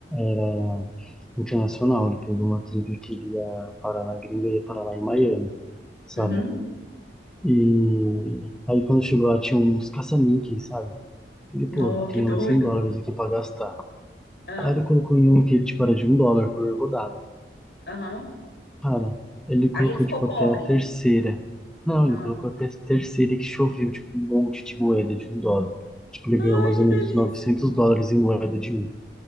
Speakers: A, in the centre; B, on the left.
A: ah, internacional, ele pegou uma trip que ele ia parar na gringa e ia parar lá em Miami, sabe?
B: uhum.
A: E aí quando chegou lá tinha uns caça-níqueis, sabe? E pô,
B: No,
A: tenho
B: que doido.
A: 100 dólares aqui pra gastar.
B: Ah,
A: Aí ele colocou em um que, tipo, era de um dólar por rodada.
B: aham.
A: Cara, ele colocou,
B: Aí ele ficou
A: tipo,
B: pobre.
A: até a terceira. Não,
B: Ah.
A: ele colocou até a terceira que choveu, tipo, um monte de moeda de um dólar. Tipo, ele
B: Ai,
A: ganhou mais
B: que
A: ou
B: delícia.
A: menos uns 900 dólares em moeda de um.